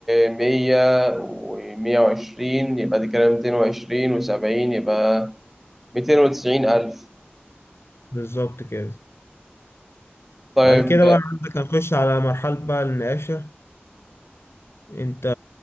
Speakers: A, in the centre; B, on the left.
A: مية ومية وعشرين يبقى دي كده ميتين وعشرين وسبعين يبقى ميتين وتسعين ألف
B: بالظبط كده
A: طيب
B: بعد كده بقى عندك هنخش على مرحلة بقى النقاشة انت